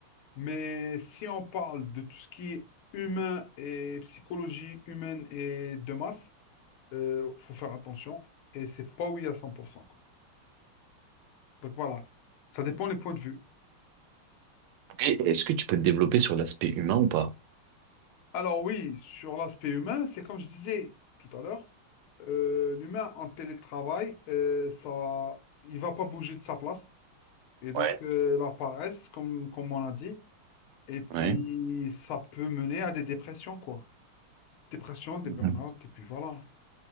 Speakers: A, on the left; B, on the right.
A: Mais si on parle de tout ce qui est humain et psychologie humaine et de masse, il faut faire attention. Et c'est pas oui à cent pour cent quoi. Donc voilà, ça dépend les points de vue.
B: Ok, Est-ce que tu peux te développer sur l'aspect humain ou pas?
A: Alors oui, sur l'aspect humain, c'est comme je disais tout à l'heure, euh, l'humain en télétravail, euh, ça, il va pas bouger de sa place. Et donc
B: Ouais,
A: euh, la paresse, comme, comme on a dit, et puis
B: Ouais.
A: ça peut mener à des dépressions, quoi. Dépression, des
B: Mhm.
A: burn-out, et puis voilà.